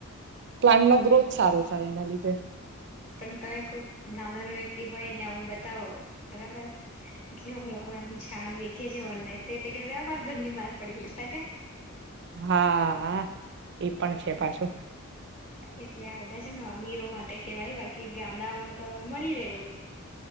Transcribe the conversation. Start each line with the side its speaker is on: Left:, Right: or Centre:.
Right: પ્લાન્ટ નો ગ્રોથ સારો થાય એના લીધે
Left: પણ તમે કોઈ ગામડા વ્યક્તિ હોય ને આવું બતાવો બરાબર કે હું હવે કે છાણ વેચીએ છીએ ઓનલાઈન કે ઘરની બહાર પડી લેતા જાવ
Right: હા હા એ પણ છે પાછું
Left: એટલે આ બધા છે ને અમીરો માટે કેવાય બાકી ગામડાઓમાં તો મળી રહેે બધું